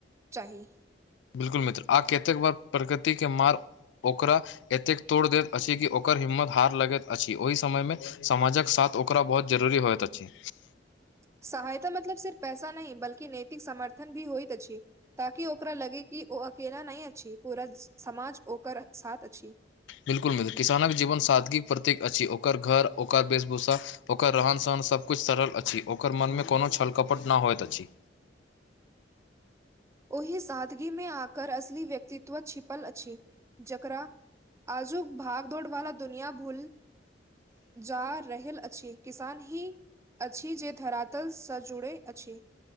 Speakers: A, on the right (about 15°); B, on the left (about 70°).
A: चाही
B: बिलकुल मित्र आ कतेक बार प्रकृति के मार ओकरा एतेक तोड़ दैत अछि कि ओकर हिम्मत हार लगैत अछि ओहि समयमे समाजक साथ ओकरा बहुत जरूरी होइत अछि
A: सहायता मतलब सिर्फ पैसा नहि बल्कि नैतिक समर्थन भी होइत अछि ताकि ओकरा लगे कि ओ अकेला नहि अछि पूरा समाज ओकर साथ अछि
B: बिल्कुल मिल किसानक जीवन सादगीक प्रतीक अछि ओकर घर ओकर वेशभूषा ओकर रहन सहन सबकुछ सरल अछि ओकर मनमे कोनो छलकपट नहि होइत अछि
A: ओहि सादगी मे आकर असली व्यक्तित्व छिपल अछि जकरा आजुक भाग दौड़ वाला दुनिया भूल जा रहल अछि किसान ही अछि जे धरातलस जुड़ै अछि